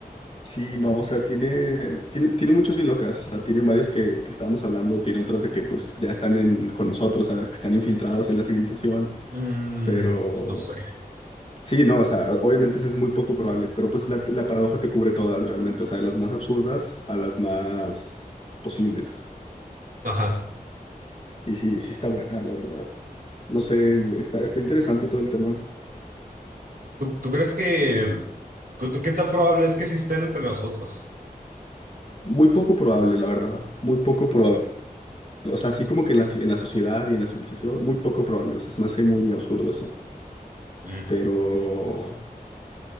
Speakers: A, on the left (about 40°); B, on the right (about 70°).
A: Sí, no, o sea, tiene, tiene, tiene muchos bien locas, o sea, tiene varios que, que estábamos hablando, tiene otras de que pues ya están en, con nosotros, ¿sabes? Que están infiltrados en la civilización,
B: Mm,
A: pero
B: no sé.
A: sí, no, o sea, obviamente eso es muy poco probable, pero pues la, la paradoja te cubre todas realmente, o sea, de las más absurdas a las más posibles.
B: Ajá.
A: Y sí, sí está buena, la verdad. No sé, está, está interesante todo el tema.
B: ¿Tú, tú crees que... ¿Qué qué tan probable es que sí estén entre nosotros?
A: Muy poco probable, la verdad, muy poco probable. O sea, así como que en la, ci- en la sociedad y en la civilización, muy poco probable. O sea, se me hace muy absurdo eso.
B: Mm,
A: pero